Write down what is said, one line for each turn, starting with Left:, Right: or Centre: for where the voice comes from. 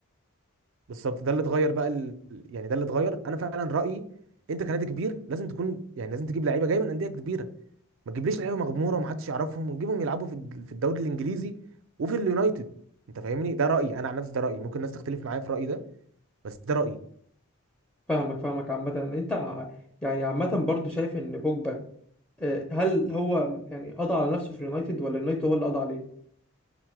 Right: بالظبط ده اللي اتغير بقى ال... يعني ده اللي اتغير انا فعلا رايي انت كنادي كبير لازم تكون يعني لازم تجيب لعيبه جايه من انديه كبيره ما تجيبليش لعيبه مغموره ومحدش يعرفهم وتجيبهم يلعبوا في الد- في الدوري الانجليزي وفي اليونايتد انت فاهمني ده رايي انا عن نفسي ده رايي ممكن الناس تختلف معايا في رايي ده بس ده رايي
Centre: فاهمك فاهمك عامه انت ع- يعني عامه برضو شايف ان بوجبا آه، هل هو يعني قضى على نفسه في اليونايتد ولا اليونايتد هو اللي قضى عليه